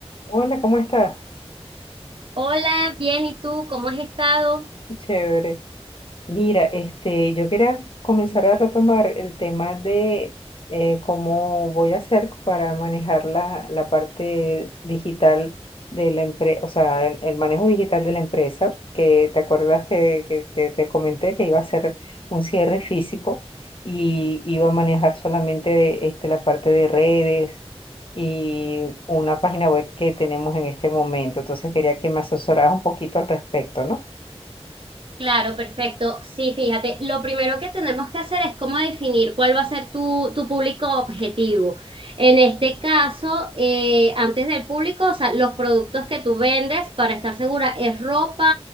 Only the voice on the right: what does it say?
Hola, bien, ¿y tú cómo has estado?
Claro, perfecto. Sí, fíjate, lo primero que tenemos que hacer es cómo definir cuál va a ser tu, tu público objetivo. En este caso, eh, antes del público, o sea, los productos que tú vendes, para estar segura, ¿es ropa